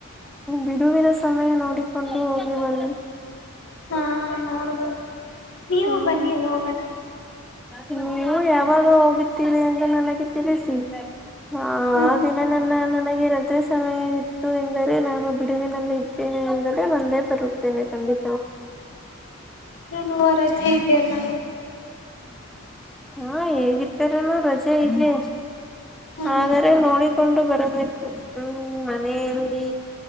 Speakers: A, in the centre; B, on the left.
A: ಬಿಡುವಿನ ಸಮಯ ನೋಡಿಕೊಂಡು ಹೋಗಿ ಬನ್ನಿ
B: ಹಾ ನೋಡ್ಬೇಕು ನೀವು
A: ಹ್ಮ
B: ಬನ್ನಿ ಹೋಗೋಣ
A: ನೀವು ಯಾವಾಗ ಹೋಗುತ್ತೀರಿ ಅಂದು ನನಗೆ ತಿಳಿಸಿ ಹಾ
B: ಹ್ಮ್
A: ಆ ದಿನ ನನ್ನ ನನಗೆ ರಜೆ ಸಮಯ ಇತ್ತು ಎಂದರೆ ನಾನು ಬಿಡುವಿನಲ್ಲಿ ಇದ್ದೇನೆ ಎಂದರೆ ಬಂದೇ ಬರುತ್ತೇನೆ ಖಂಡಿ
B: ನುವ ರಜೆ ಇದೆಯ ಅಲ್ಲ
A: ಹಾ ಹೇಗಿದ್ದರೂನೂ ರಜೆ ಇದೆ
B: ಹ್ಮ್
A: ಆದ್ರ ನೋ ಕೊಂಡು ಬರಬೇಕು ಹ್ಮ್ ಮನೆಯಲ್ಲಿ